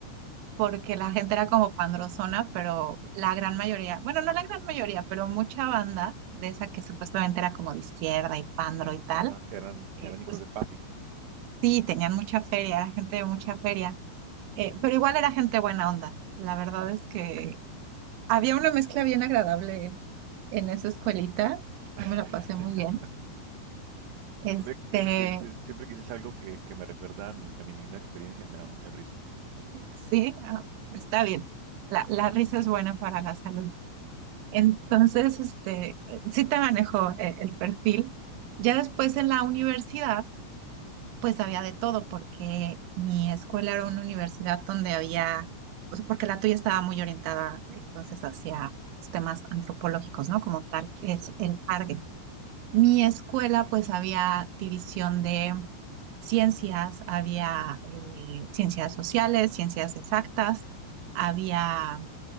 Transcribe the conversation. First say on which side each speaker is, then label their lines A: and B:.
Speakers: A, on the right; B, on the right.
A: porque la gente era como pandrozona, pero la gran mayoría, bueno, no la gran mayoría, pero mucha banda de esa que supuestamente era como de izquierda y pandro y tal,
B: Ajá, eran, eran
A: eh,
B: hijos
A: pues
B: de papi.
A: Sí, tenían mucha feria, era gente de mucha feria, eh, pero igual era gente buena onda. La verdad es que
B: Ok.
A: había una mezcla bien agradable en esa escuelita. Yo
B: <laughs>
A: me la pasé muy bien.
B: Siempre,
A: Este,
B: siempre que dices, siempre que dices algo que, que me recuerda a mi, a mi misma experiencia, me da mucha risa.
A: sí, ah, está bien. La,
B: Sí,
A: la risa es buena para la salud. Entonces, este, sí te manejo eh, el perfil. Ya después en la universidad pues había de todo, porque mi escuela era una universidad donde había, o porque la tuya estaba muy orientada entonces hacia los temas antropológicos, ¿no? Como tal,
B: sí,
A: es
B: claro.
A: el target.
B: Ujú.
A: Mi escuela, pues había división de ciencias, había
B: Mm,
A: eh, ciencias sociales, ciencias exactas, había
B: ujú.